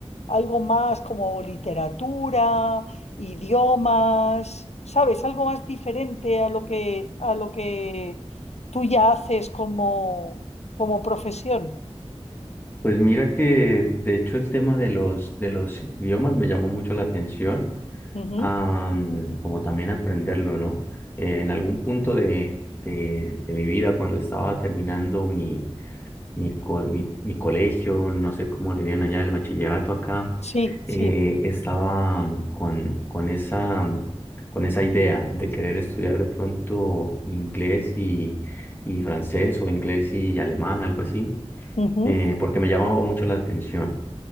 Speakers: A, on the left (about 90°); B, on the left (about 20°).
A: algo más como literatura, idiomas, ¿sabes? Algo más diferente a lo que, a lo que tú ya haces como, como profesión.
B: Pues mira que de hecho el tema de los, de los idiomas me llamó mucho la atención,
A: Ujú.
B: am, como también aprenderlo, ¿no? Eh, en algún punto de, de, de mi vida, cuando estaba terminando mi, mi, co- mi, mi colegio, no sé cómo le digan allá, el bachillerato acá,
A: Sí,
B: eh,
A: sí.
B: estaba am, con, con esa, am, con esa idea de querer estudiar de pronto inglés y, y francés o inglés y alemán, algo así
A: Ujú,
B: eh, porque me llamaba mucho la atención.